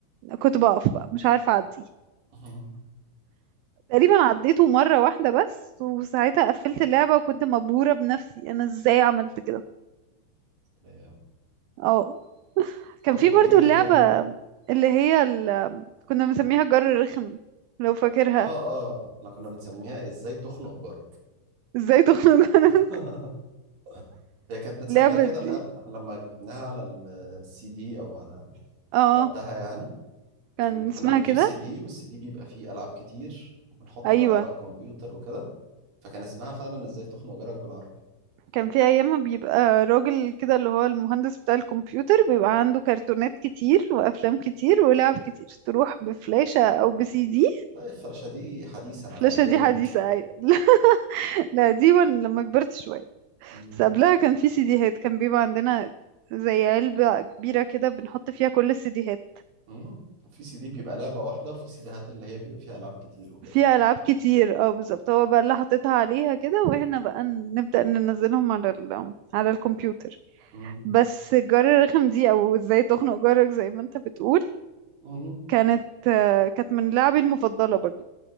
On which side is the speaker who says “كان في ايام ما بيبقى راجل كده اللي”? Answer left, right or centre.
Right